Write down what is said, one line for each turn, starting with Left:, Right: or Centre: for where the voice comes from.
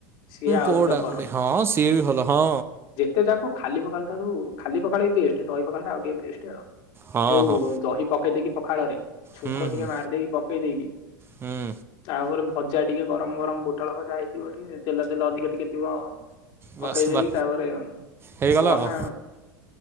Left: ସିଏ ଆହୁରି
Right: ପୋଡ଼ା
Left: ଜବର।
Right: ପୋଡ଼ି ହଁ ସିଏ ବି ଭଲ ହଁ
Left: ଯେତେ ଯାକ ଖାଲି ପଖାଳ ଠାରୁ ଖାଲି ପଖାଳ ବି ବେଷ୍ଟ, ଦହି ପଖାଳ ଟା ଆଉ ଟିକେ ବେଷ୍ଟ ଆଉ।
Right: ହଁ
Left: ଯଉ
Right: ହଁ
Left: ଦହି ପକେଇ ଦେଇକି ପଖାଳରେ, ଛୁଙ୍କ
Right: ହୁଁ
Left: ଟିକେ
Right: ହୁଁ
Left: ମାରିଦେଇକି, ପକେଇ ଦେଇେଇକି
Right: ହୁଁ
Left: ତା ପରେ ଭୋ ଭଜା ଟିକେ ଗରମ ଗରମ ପୋଟଳ ଭଜା ହେଇଥିବ ଟିକେ, ତେଲ ତେଲ ଅଧିକ ଟିକେ ଥିବ।
Right: ବାସ୍
Left: ପକେଇ ଦେଇକି
Right: ବା
Left: ତାପରେୁ
Right: ହେଇଗଲା
Left: କନା
Right: ଆଉ